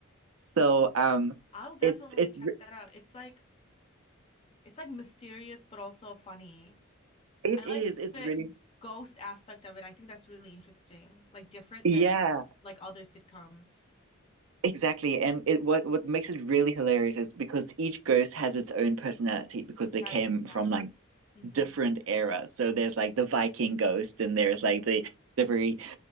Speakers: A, on the right; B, on the left.
A: So um,
B: I'll definitely
A: it's it's
B: check
A: re-
B: that out. It's like it's like mysterious but also funny.
A: it
B: I
A: is
B: like
A: it's
B: the
A: really
B: ghost aspect of it. I think that's really interesting. Like different
A: yeah,
B: than like other sitcoms.
A: exactly. And it what what makes it really hilarious is because each ghost has its own personality because
B: Right,
A: they came
B: exactly.
A: from like
B: hmm
A: different eras. So there's like the Viking ghost, and there's like the the very